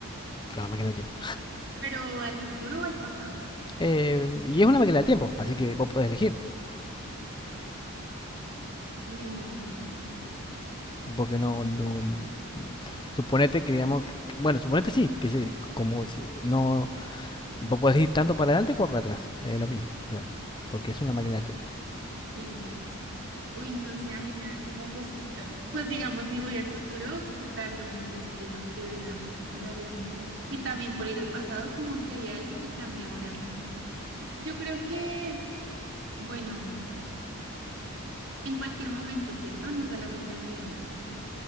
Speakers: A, on the left; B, on the right.
A: con la máquina del tiempo?
B: Pero al futuro o al pasado.
A: Eh, y es una máquina del tiempo, así que vos podés elegir,
B: Uy,
A: porque no, no, Suponete que digamos, que- bueno, suponete sí, que se, como si no vos podés ir tanto para adelante como para atrás, es eh, lo mismo, o sea, porque es una máquina del tiempo.
B: sí. Uy, no sé, a mí me da como cosita. Pues digamos, si voy al futuro, ¿qué tal no me guste lo que vea? Me haría miedo. Y también por ir al pasado, como que haría algo que cambie ahora a mí. Yo creo que, bueno, en cualquier momento, ¿cierto? No solamente en mi vida.